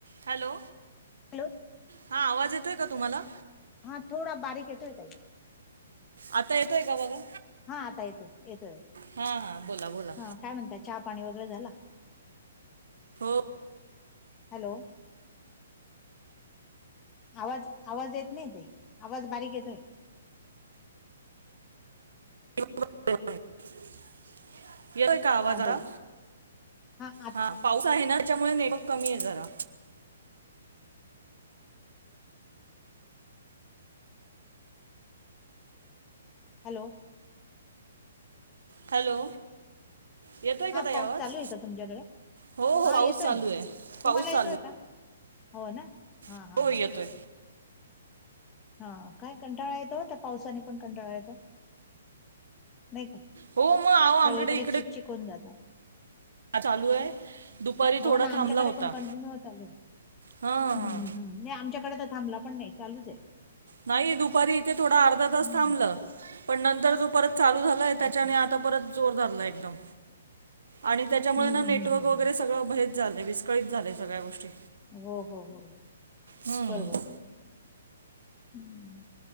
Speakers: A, on the right; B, on the left.
A: Hello,
B: hello,
A: हा आवाज येतोय का तुम्हाला
B: हां थोडा बारीक येतोय ताई.
A: आता येतोय का बघा?
B: हां आता येतोय येतो येतो,
A: हा हा बोला बोला
B: हं काय म्हणतात चहा पाणी वगैरे झालं.
A: हो.
B: हॅलो, आवाज, आवाज येत नाही ताई, आवाज बारीक येतोय.
A: <unintelligible> येतोय का आवाज
B: हा
A: जरा,
B: बोला हा आ
A: हां. पाऊस आहे ना त्याच्यामुळे नेटवर्क कमी आहे जरा.
B: हॅलो,
A: हॅलो, येतोय का
B: हां
A: ताई
B: पाऊस
A: आवाज
B: चालू आहे का तुमच्याकडे?
A: हो हो
B: हां
A: पाऊस
B: येतोय
A: चालू
B: ना
A: आहे पाऊस
B: तुम्हाला
A: चालू
B: येतोय का, हो ना, हां
A: आहे
B: हां
A: हो येतोय
B: हां हां काय कंटाळा येतो तर पावसाने पण कंटाळा येतो, नाही का.
A: हो मग आहो आमच्याकडे
B: सगळीकडे
A: इकडे
B: चिकचिक होऊन जात.
A: चालू आहे दुपारी
B: हो
A: थोडा
B: ना,
A: थांबला
B: आमच्याकडे
A: होता
B: पण कंटिन्यू चालू आहे.
A: हा हा
B: हम् हम्, नाही आमच्याकडे तर थांबला पण नाही चालूच आहे.
A: नाही दुपारी इथे थोडा अर्धा तास
B: हम्म.
A: थांबलं पण नंतर जो परत चालू झालाय त्याच्या
B: अच्छा
A: ने आता परत जोर धरलाय एकदम आणि त्याच्यामुळे
B: हम्म
A: ना नेटवर्क
B: हम्म हम्म हम्म.
A: वगै वगैरे सगळं भैद झालं विस्कळीत झालंय सगळ्या गोष्टी.
B: हो हो हो
A: हम्म.
B: बरोबर. हम्,